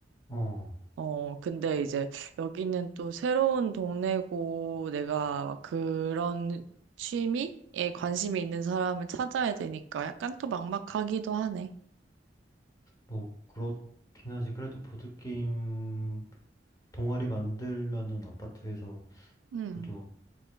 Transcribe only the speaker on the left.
어,
뭐, 그렇긴 하지. 그래도 보드게임 동아리 만들면은 아파트에서
그래도